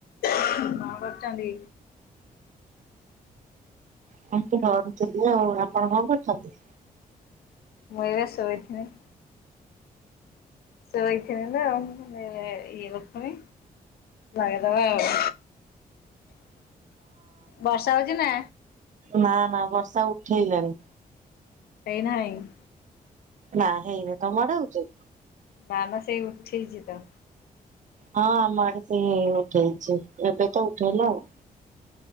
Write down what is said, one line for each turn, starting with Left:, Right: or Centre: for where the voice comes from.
Left: କଣ କରୁଚନ୍ତି?
Right: ଭାତ ବାଢୁଥିଲି ଆଉ ଆପଣ କଣ କରୁଛନ୍ତି?
Left: ମୁଁ ଏବେ ଶୋଇଥିନି। ଶୋଇଥିନି ତ ଆଉ <unintelligible> ଇଏ କରୁଥିମି। ଲଗେଇ ଦବା ଆଉ। ବର୍ଷା ହୋଉଚି ନା?
Right: ନା ନା ବର୍ଷା ଉଠେଇଲାଣି।
Left: ଏଇନା ହେଇନି।
Right: ନା ହେଇନି ତମ ଆଡେ ହୋଉଚି?
Left: ନା ନା ସେଇ ଉଠେଇଚି ତ।
Right: ହଁ ଆମ ଆଡେ ସେଇ ଉଠେଇଚି ଏବେ ତ ଉଠେଇଲା ଆଉ।